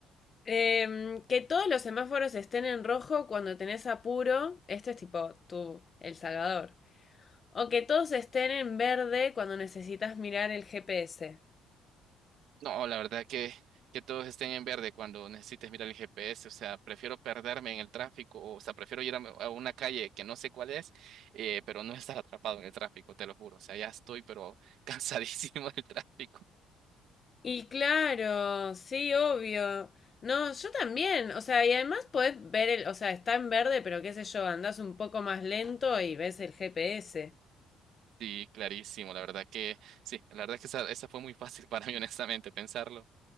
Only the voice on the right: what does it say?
No, la verdad que, que todos estén en verde cuando necesites mirar el GPS. O sea, prefiero perderme en el tráfico. O sea, prefiero ir a, a una calle que no sé cuál es, eh, pero no estar atrapado en el tráfico, te lo juro. O sea, ya estoy, pero <laughs> cansadísimo del tráfico.
Sí, clarísimo. La verdad que, sí, la verdad que esa, esa fue muy fácil para mí, honestamente, pensarlo.